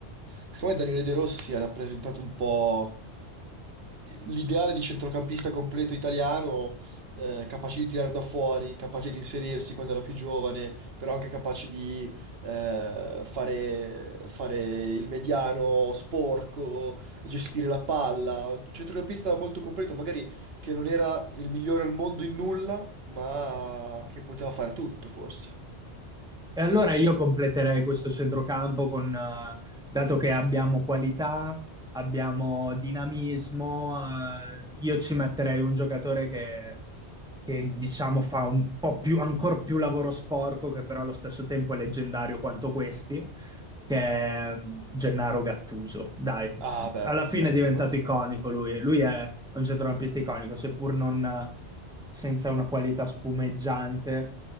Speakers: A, on the right; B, in the centre.
A: secondo me Daniele De Rossi ha rappresentato un po' l'ideale di centrocampista completo italiano, eh, capace di tirare da fuori, capace di inserirsi quando era più giovane, però anche capace di eh, fare, fare il mediano sporco, gestire la palla. Un centrocampista molto completo, magari che non era il migliore al mondo in nulla, ma che poteva fare tutto, forse.
B: E allora io completerei questo centrocampo con, eh, dato che abbiamo qualità, abbiamo dinamismo, eh, io ci metterei un giocatore che, che, diciamo fa un po' più, ancora più lavoro sporco, che però allo stesso tempo è leggendario quanto questi, che è mm, Gennaro Gattuso. Dai,
A: Ah, beh,
B: alla fine
A: beh,
B: è diventato
A: no.
B: iconico lui. Lui è un centrocampista iconico, seppur non eh, senza una qualità spumeggiante